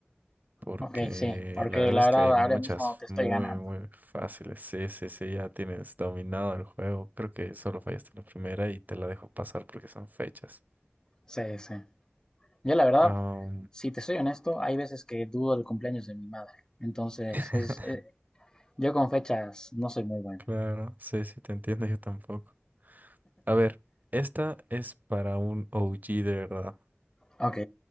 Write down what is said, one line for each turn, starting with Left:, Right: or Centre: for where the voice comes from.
Right: Porque
Left: Ok, sí, porque
Right: la verdad
Left: la
Right: es
Left: verdad
Right: que hay muchas
Left: ahora mismo te estoy
Right: muy,
Left: ganando.
Right: muy fáciles. Sí, sí, sí, ya tienes dominado el juego. Creo que solo fallaste la primera y te la dejo pasar porque son fechas.
Left: Sí, sí. Yo la verdad,
Right: Ah,
Left: si te soy honesto, hay veces que dudo el cumpleaños de mi madre. Entonces,
Right: <laughs>
Left: es, eh, yo con fechas no soy muy bueno.
Right: Claro, sí, sí, te entiendo, yo tampoco. A ver, esta es para un OG de verdad.
Left: Ok,